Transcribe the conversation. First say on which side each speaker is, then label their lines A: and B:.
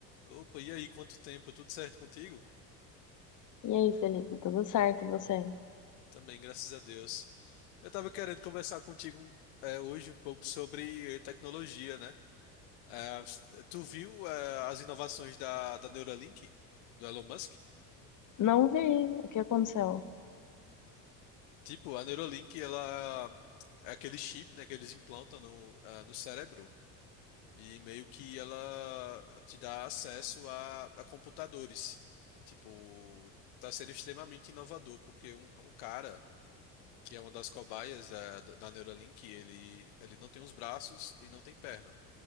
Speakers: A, on the left (about 60°); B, on the left (about 40°).
A: Opa, e aí, quanto tempo? Tudo certo contigo?
B: E aí, Felipe, tudo certo? E você?
A: Também, graças a Deus. Eu tava querendo conversar contigo é, hoje um pouco sobre eh, tecnologia, né? É, tu viu é, as inovações da, da Neuralink, do Elon Musk?
B: Não vi o que aconteceu.
A: Tipo, a Neuralink, ela é aquele chip, né, que eles implantam no, ah, no cérebro e meio que ela te dá acesso a, a computadores. Tipo, tá sendo extremamente inovador, porque um um cara que é uma das cobaias da, da da Neuralink, ele, ele não tem os braços e não tem perna,